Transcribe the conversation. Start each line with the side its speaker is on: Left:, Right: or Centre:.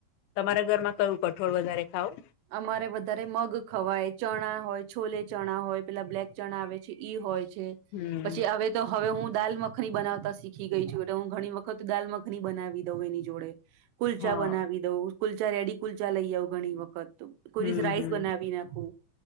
Left: તમારા ઘરમાં કયું કઠોળ વધારે ખાવ
Right: અમારે વધારે મગ ખવાય ચણા હોય છોલે ચણા હોય પેલા બ્લેક ચણા આવે છે ઈ હોય છે
Left: હમ
Right: પછી આવે તો હવે હું દાલ મખની બનાવતા શીખી ગઈ છું એટલે હું ઘણી વખત દાલ મખની બનાવી દઉં એની જોડે કુલચા
Left: હા
Right: બનાવી દઉં કુલચા રેડી કુલચા લઈ આવઉ ઘણી વખત કોઈ
Left: હમ
Right: દિવસ રાઈસ
Left: હમ
Right: બનાવી નાખું